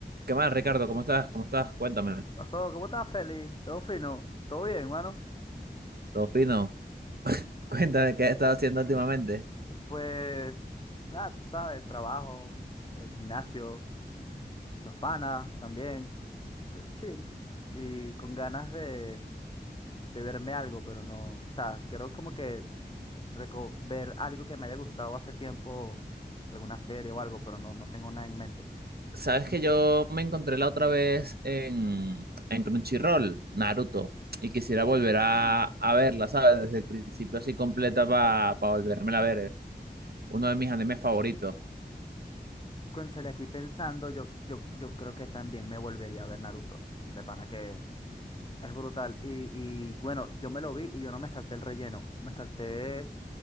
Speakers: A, on the right (about 65°); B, on the left (about 30°).
A: ¿Qué más, Ricardo? ¿Cómo estás? ¿Cómo estás? Cuéntame.
B: Pasó, ¿cómo estás, Feli? ¿Todo fino? ¿Todo bien, mano?
A: ¿Todo fino? <laughs> Cuéntame qué has estado haciendo últimamente.
B: Pues, nada, tú sabes, trabajo, el gimnasio, los panas también, de chill. Y con ganas de, de verme algo, pero no, o sea, quiero como que reco- ver algo que me haya gustado hace tiempo, alguna serie o algo, pero no, no tengo nada en mente.
A: Sabes que yo me encontré la otra vez en, en Crunchyroll, Naruto, y quisiera volver a,
B: Mm.
A: a verla, ¿sabes? Desde el principio así completa para volverme a ver. eh. Uno de mis animes favoritos.
B: Cónchale, aquí pensando, yo, yo, yo creo que también me volvería a ver Naruto. De pana que Es brutal. Y, y bueno, yo me lo vi y yo no me salté el relleno. Me salté.